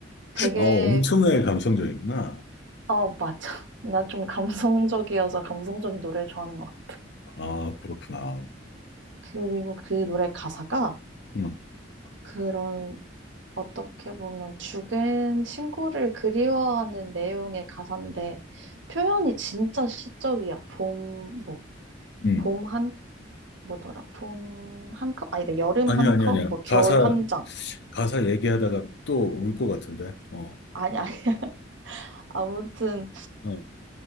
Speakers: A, on the right; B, on the left.
A: 되게,
B: 아, 엄청나게 감성적이구나.
A: 어, 맞아. 나 좀 감성적이어서 감성적인 노래를 좋아하는 것 같아.
B: 아, 그렇구나.
A: 그리고 그 노래 가사가,
B: 음,
A: 그런 어떻게 보면 죽은 친구를 그리워하는 내용의 가사인데 표현이 진짜 시적이야. 봄, 뭐,
B: 음.
A: 봄 한, 뭐더라? 봄 한 컵? 아니다. 여름
B: 아니야,
A: 한
B: 아니야,
A: 컵?
B: 아니야.
A: 뭐, 겨울
B: 가사,
A: 한 장.
B: 가사 얘기하다가 또 울 것 같은데, 어,
A: 아니, 아니. <laughs> 아무튼
B: 어,